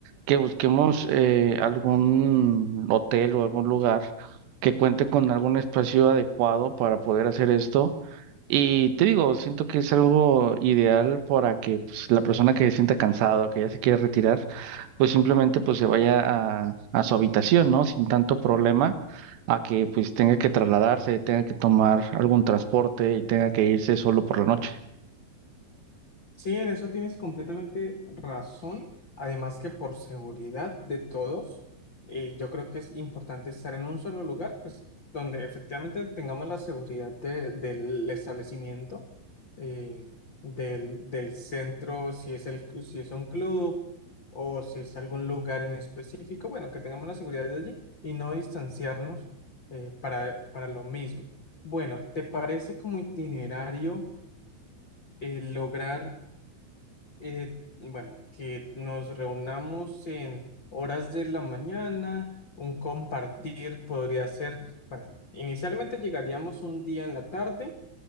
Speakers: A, on the right; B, on the left.
A: que busquemos eh, algún hotel o algún lugar que cuente con algún espacio adecuado para poder hacer esto y te digo, siento que es algo ideal para que pues, la persona que se sienta cansado, que ya se quiere retirar, pues simplemente pues se vaya a, a su habitación, ¿no? Sin tanto problema, a que pues tenga que trasladarse, tenga que tomar algún transporte y tenga que irse solo por la noche.
B: Sí, en eso tienes completamente razón. Además que por seguridad de todos, eh, yo creo que es importante estar en un solo lugar, pues donde efectivamente tengamos la seguridad de- del establecimiento, eh, del, del centro, si es el, clu- si es un club o si es algún lugar en específico, bueno, que tengamos la seguridad de allí y no distanciarnos eh, para, para lo mismo. Bueno, ¿te parece como itinerario? eh, lograr eh, bueno, que nos reunamos en horas de la mañana, un compartir podría ser, bueno, inicialmente llegaríamos un día en la tarde